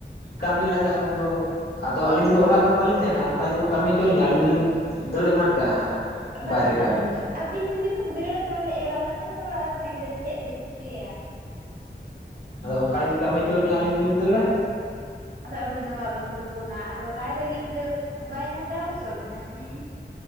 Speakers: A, on the left; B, on the right.
A: ᱠᱟᱹᱢᱤ ᱞᱟᱜᱟᱜᱼᱟ ᱩᱱᱫᱚ ᱟᱫᱚ ᱟᱹᱞᱤᱧ ᱫᱚ ᱚᱲᱟᱜ ᱨᱮ ᱵᱟᱟᱹᱞᱤᱧ ᱛᱟᱦᱮᱱᱟ ᱚᱱᱠᱟ ᱡᱩᱫᱤ ᱠᱚ ᱠᱟᱹᱢᱤ ᱦᱚᱪᱚᱣᱟᱤᱧᱟ ᱟᱹᱞᱤᱧ ᱫᱚᱞᱤᱧ ᱫᱟᱹᱲ ᱮᱢᱟᱱ ᱠᱟᱜᱼᱟ ᱦᱟᱸᱜ᱾
B: ᱮ ᱚᱠᱟᱥ
A: ᱵᱟᱭᱨᱮ ᱠᱟᱹᱢᱤ
B: ᱟᱫᱚ ᱟᱹᱵᱤᱱ ᱡᱩᱫᱤ ᱵᱤᱱ ᱫᱟᱹᱲᱟ ᱛᱟᱦᱚᱞᱮ ᱮᱨᱟ ᱛᱟᱵᱮᱱ ᱫᱚ ᱚᱲᱟᱜ ᱨᱮ ᱛᱟᱦᱮᱸ ᱠᱟᱛ ᱫᱚ ᱪᱮᱫ ᱫᱚ ᱪᱤᱠᱟᱹᱭᱟ?
A: ᱟᱫᱚ ᱚᱱᱠᱟ ᱡᱩᱫᱤ ᱠᱟᱢᱤ ᱦᱚᱪᱚ ᱟᱞᱤᱧ ᱫᱚᱞᱤᱧ ᱫᱟᱹᱲᱟ᱾
B: ᱟᱫᱚ ᱟᱹᱵᱤᱱ ᱫᱚ ᱵᱟᱵᱤᱱ ᱛᱩᱯᱩᱱᱟ ᱟᱫᱚ ᱵᱟᱭ ᱞᱟᱹᱜᱤᱫ ᱛᱮᱫᱚ ᱵᱟᱭ ᱠᱟᱪᱟᱣ ᱦᱚᱪᱚ ᱵᱤᱱᱟ ᱦᱮᱸ